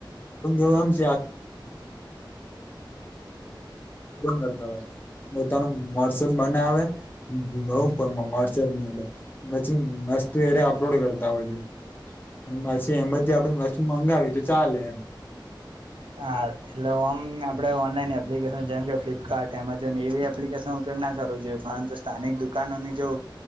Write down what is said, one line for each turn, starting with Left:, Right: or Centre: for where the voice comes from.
Left: એવું પણ કરતા હોય. પોતાનું વોટસઅપ બનાવે બોઉ વોટસપની અંદર પછી મસ્ત તું એ અપલોડ કરતા હોય આને <unintelligible> તેમ જ આપડે વસ્તુ મંગાવી તો ચાલે એમ.
Right: હા એટલે આમ આપણે ઓનલાઈન એપ્લિકેશન જેમ કે ફ્લિપકાર્ટ એમેઝોન એવી એપ્લિકેશનો ઉપયોગ ના કરવો જોઈએ પરંતુ સ્થાનિક દુકાન જો